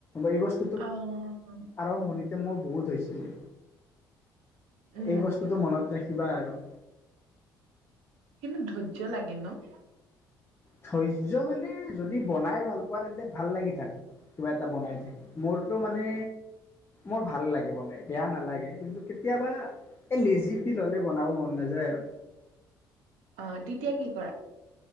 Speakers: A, on the left; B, on the right.
A: এই বস্তু
B: অ', অ'।
A: আৰম্ভণিতে মোৰ বহুত হৈছিলে।
B: উম
A: এই বস্তুটো মনত ৰাখিবা আৰু।
B: কিন্তু ধৈৰ্য্য লাগে ন'?
A: ধৈৰ্য্যৰ মানে যদি বনাই ভাল পোৱা তেন্তে ভাল লাগি থাকে। কিবা এটা বনাই থাকি, মোৰতো মানে মোৰ ভাল লাগে বনাই। বেয়া নালাগে কিন্তু কেতিয়াবা এই লেজি ফিল হ'লে বনাব মন নাযায় আৰু।
B: অ' তেতিয়া কি কৰা?